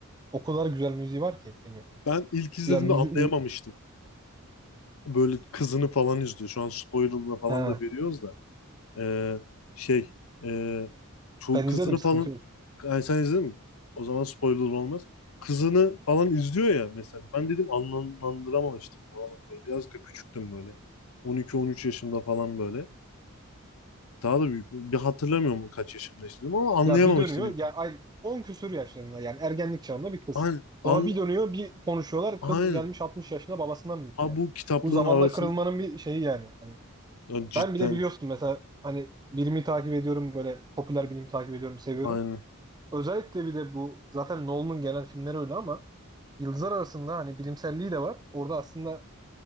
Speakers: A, on the right (about 20°); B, on the left (about 75°).
A: O kadar güzel müziği var ki filmin.
B: ben ilk izlediğimde
A: Ya müzik
B: anlayamamıştım. Böyle kızını falan izliyor. Şu an spoiler'la falan
A: ha,
B: da veriyoruz da. Ee, şey e, şu
A: ben
B: kızını
A: izledim sıkıntı
B: falan
A: yok.
B: yani sen izledin mi? O zaman spoiler olmaz. Kızını falan izliyor ya mesela. Ben dedim anlamlandıramamıştım bu adam böyle. Biraz da küçüktüm böyle. 12-13 yaşımda falan böyle. Daha da büyük. Bir hatırlamıyorum kaç yaşımda istedim ama anlayamamıştım
A: Ya bir dönüyor
B: ilk.
A: ya ay 10 küsur yaşlarında yani ergenlik çağında bir kız.
B: Aynen. An,
A: Sonra bir dönüyor bir konuşuyorlar. Kız
B: aynen.
A: gelmiş 60 yaşında babasından büyük
B: Ha
A: yani.
B: bu kitaplığın
A: Bu zamanla
B: arasın
A: kırılmanın bir şeyi yani. hani
B: ya cidden
A: Ben bile biliyorsun mesela hani bilimi takip ediyorum böyle popüler bilimi takip ediyorum seviyorum.
B: aynen.
A: Özellikle bir de bu zaten Nolan'ın gelen filmleri öyle ama Yıldızlar arasında hani bilimselliği de var. Orada aslında